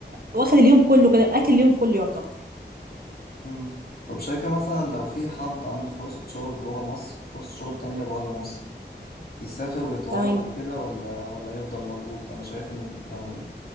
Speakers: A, on the right (about 55°); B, on the left (about 55°).
A: واخد اليوم كله كده أكل اليوم كله يعتبر
B: مم. طب شايفة مثلا لو في حد عنده فرصة شغل جوه مصر وفرصة شغل تانية بره مصر يسافر ويتغرب
A: تمام
B: وكده ولا ولا يفضل موجود انا شايف ان يعني